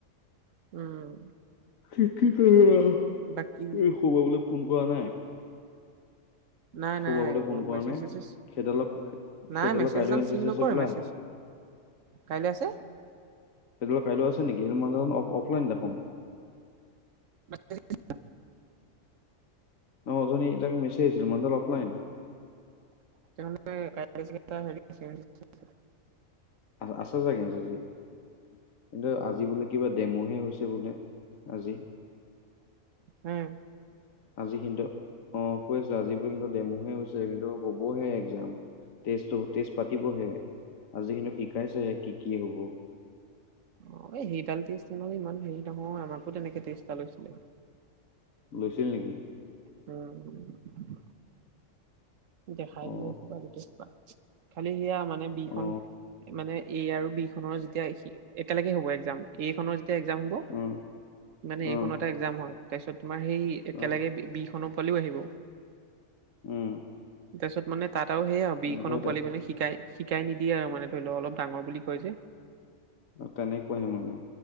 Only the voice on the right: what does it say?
উম'।
বাকী
নাই-নাই
মেছেজ
চছেছ
নাই,
মেছেজডাল
চিন
নকৰে,
মেছেজ। কাইলে আছে।
<unintelligible>
তাৰ মানে <unintelligible> হেৰি।
অহ্।
অ', এই সেইডাল টেষ্ট মানে ইমান হেৰি নহয়। আমাকো তেনেকে টেষ্ট এটা লৈছিলে।
উম', দেখাই
দিয়ে এইসোপা গোটেইসোপা। খালি সেয়া মানে বি খন
মানে এ আৰু বি খনৰ যেতিয়া এখি একেলগে হ'ব এগ্জাম। এ খনৰ যে তিয়া এগ্জাম হ'ব,
মানে
এ খন এটা এগ্জাম হয়। তাৰপিছত তোমাৰ সেই একেলগে
বি-বি খনো কালিও আহিব।
তাৰপিছত মানে তাত আৰু সেয় আৰু
বি খনো
<unintelligible> শিকাই-শিকাই নি দিয়ে আৰু মানে ধৰি লওক অলপ ডাঙৰ বুলি কৈ যে